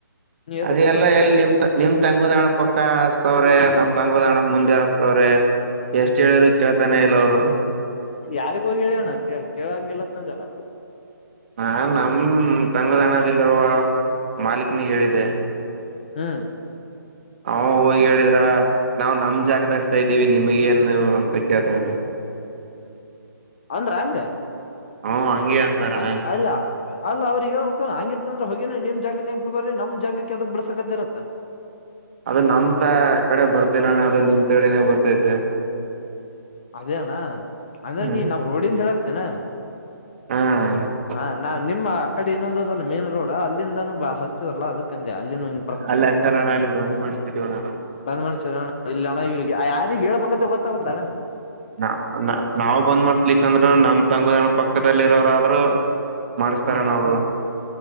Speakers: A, on the left (about 25°); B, on the right (about 35°).
A: ನೀವ್ ಎದಕ್
B: ಅದೆ
A: ಇದೀರ
B: ಎಲ್ಲ ಎಲ್ಲಿ ನಿಮ ನಿಮ್ ತಂಗುದಣ ಪಕ್ಕ ಹಸ್ತವ್ರೆ ನಮ್ ತಂಗುದಣ ಮುಂದೆ ಹಸ್ತವ್ರೆ ಎಷ್ಟ್ ಹೇಳಿದ್ರು ಕೇಳ್ತಾನೇ ಇಲ್ಲ ಅವರು
A: ಯಾರಿಗ ಹೋಗಿ ಹೇಳ್ಯಣ ಕ ಕೇಳಂಗಗೆಲ್ಲತ್ತಂದಲ್ಲ
B: ನಾನ್ ನಮ ತಂಗುದಾಣದಲ್ಲಿರುವ ಮಾಲಕ್ನಿಗೆ ಹೇಳಿದ್ದೆ
A: ಹ್ಮ್
B: ಹ ಹೋಗಿ ಹೇಳಿದ್ರ ನಾವವು ನಮ್ ಜಾಗದಸ್ತಾ ಇದ್ದೀವಿ ನಿಮಗ ನು ಅಂತ ಕೇಳ್ತವಾರೆ
A: ಅಂದ್ರ ಹಂಗ
B: ಹ ಹಂಗೆ ಅಂತಾರಣ್ಣ
A: ಹಂಗ ಅಲ್ಲ ಅಲ್ಲ ಅವ್ರಿಗೆ ಹೇಳ್ಬೇಕ ಹಂಗಿತ್ತ ಅಂದ್ರ ಹೋಗ ಮ್ ಜಾಗದಗ್ ಬಿಡ್ಗ್ರಿ ನಮ್ ಜಾಗಕ್ಕೆ ಯಾವದ ಬಿಡ್ಸಕತಿ ಇರತ್ತಾ
B: ಅದು ನಮ ತ ಕಡೆ ಬರ್ತಲ್ಲಣ್ಣ ಅದು ನಿಮ ತಡೆನೆೇ ಬರ್ತೈತೆ
A: ಅದೇ ಅಣ್ಣ ಅಂದ್ರೆ
B: ಹ್ಮ್
A: ನೀ ನಮ್ ರೋಡಿಂದ ಹೇಳಕ್ತೇನಾ
B: ಹಾ
A: ಹಾ ನಾ ನಿಮ್ಮ ಆ ಕಡೆ ಇನ್ನೊಂದಂದುದಲ್ಲ ಮೇನ್ ರೋಡ್ ಅಲ್ಲಿಂದಾನ ಬ ಹಸ್ತದಲ್ಲ ಅದ ಅಲ್ಲಿ ಬತ
B: ಅಲ್ಲ ಹಚ್ಚಲಣ ಅಲ್ಲಿ ಬಂದ್ ಮಾಡಿಸಬಿಟ್ಟಿವಣ ನಾವು
A: ಬಂದ್ ಮಾಡ ಇಣ ಇವಿಗೆ ಹೇಳ್ಬೇಕಂತ ಗೊತ್ತಾಗಲ್ಲದಣ
B: ನ ನ ನಾವ್ ಬಂದ್ ಮಾಡಸ್ಲಿಕ್ಕಂದ್ರರು ನಮ್ ತಂಗದಾಣ ಪಕ್ಕದಲ್ಲಿ ಇರೋರಾದ್ರರು ಮಾಡಸ್ತಾರಣ
A: ಹ್ಮ್
B: ಅವರು